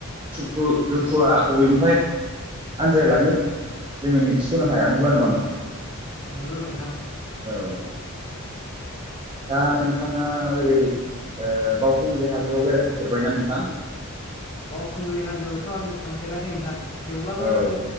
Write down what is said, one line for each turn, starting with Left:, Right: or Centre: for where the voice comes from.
Right: सुखु दुखुआ बबेनिफ्राय आनज्रायलाङो जोङो मिथिस'नो हाया नंगौना नङा नोंथां
Left: नंगौ नोंथां
Right: औ दा नोंथाङा ओरै ओ बावखुंग्रि हाजोआव बेरायफैफेरबायना नोंथां
Left: बावखुंग्रि हाजोआवथ' आङो थांफेराखै नोंथां थेवब्लाबो
Right: औ
Left: आङो